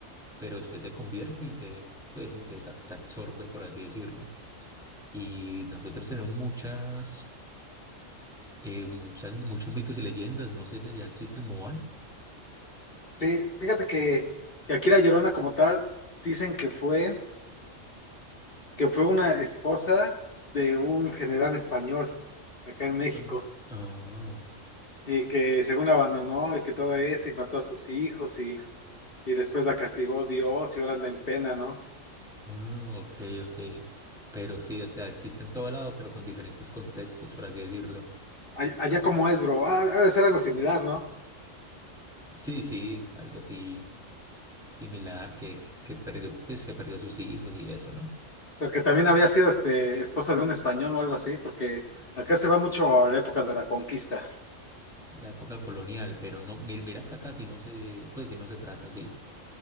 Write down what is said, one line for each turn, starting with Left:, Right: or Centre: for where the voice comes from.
Centre: pero después se convierte y te, pues, y te, sa- te absorbe, por así decirlo. Y nosotros tenemos muchas, eh, muchas, muchos mitos y leyendas, no sé si allá existe el Moan.
Left: Sí, fíjate que, que aquí la Llorona como tal dicen que fue, que fue una esposa de un general español acá en México
Centre: Ah, ah.
Left: y que según la abandonó y que todo eso y mató a sus hijos y, y después la castigó Dios y ahora anda en pena, ¿no?
Centre: Mm, ok, ok. Pero sí, o sea, existe en todo lado, pero con diferentes contextos, por así decirlo.
Left: Ay- Allá como es, bro, ah, ha de ser algo similar, ¿no?
Centre: Sí, sí, es algo así similar que, que, que perdió, pues que perdió a sus hijos y eso, ¿no?
Left: Porque también había sido este esposa de un español o algo así, porque acá se va mucho a la época de la conquista.
Centre: La época colonial, pero no, mira, mira que acá si no se, pues si no se trata así,